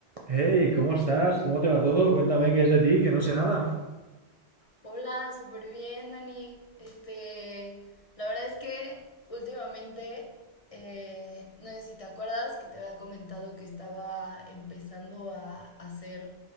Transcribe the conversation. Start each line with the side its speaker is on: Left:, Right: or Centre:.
Right: Hey, ¿cómo estás? ¿Cómo te va todo? Cuéntame qué es de ti, que no sé nada.
Left: Hola, súper bien, Dani. Este, la verdad es que últimamente, eh, no sé si te acuerdas que te había comentado que estaba empezando a hacer